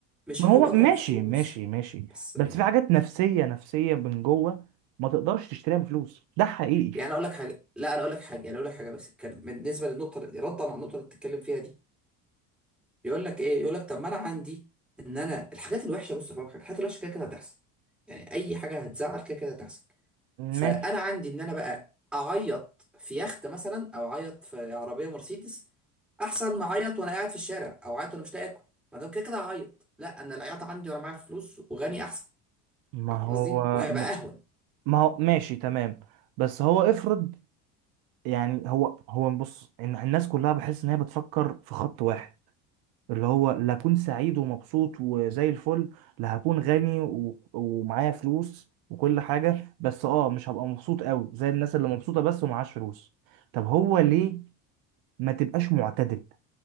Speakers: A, in the centre; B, on the right.
A: مش
B: ما
A: هعوضها
B: هو ماشي
A: بفلوس
B: ماشي ماشي
A: بس
B: بس
A: م،
B: في حاجات نفسية نفسية من جوه ما تقدرش تشتريها بفلوس ده حقيقي
A: يعني اقول لك حاجه لا انا اقول لك حاجه يعني اقول لك حاجه بس كان بالنسبه للنقطه ردا على النقطه اللي بتتكلم فيها دي يقول لك ايه يقول لك طب ما انا عندي ان انا الحاجات الوحشه بص بقى الحاجات الوحشه كده كده هتحصل يعني اي حاجه هتزعل كده كده هتحصل فانا
B: ماشي
A: عندي ان انا بقى اعيط في يخت مثلا او اعيط في عربيه مرسيدس احسن ما اعيط وانا قاعد في الشارع او اعيط وانا مش لاقي اكل ما دام كده كده هعيط لا انا العياط عندي وانا معايا فلوس وغني احسن
B: ما
A: فاهم
B: هو
A: قصدي وهيبقى
B: ما,
A: اهون
B: ما هو ماشي تمام بس هو افرض يعني هو هو بص إن الناس كلها بحس ان هي بتفكر في خط واحد اللي هو لا اكون سعيد ومبسوط وزي الفل لا هكون غني و... ومعايا فلوس وكل حاجة بس اه مش هبقى مبسوط قوي زي الناس اللي مبسوطة بس ومعاش فلوس طب هو ليه ما تبقاش معتدل